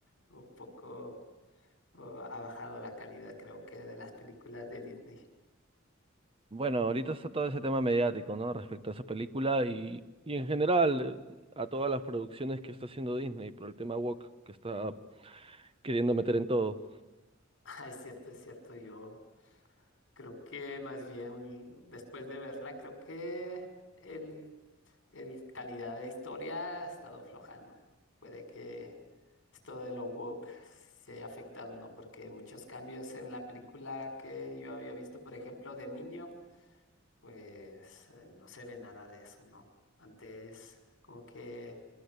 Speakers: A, on the left; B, on the right.
A: Un poco oh, ha bajado la calidad, creo que, de las películas de Disney. <laughs>
B: Bueno, ahorita está todo ese tema mediático, ¿no? Respecto a esa película y, y en general eh, a todas las producciones que está haciendo Disney por el tema woke que está queriendo meter en todo.
A: Ah, es cierto, es cierto, yo. Creo que más bien después de verla, creo que el, el calidad de historia ha estado aflojando. Puede que esto de lo woke se haya afectado, ¿no? Porque muchos cambios en la película que yo había visto, por ejemplo, de niño, pues eh, no se ve nada de eso, ¿no? Antes como que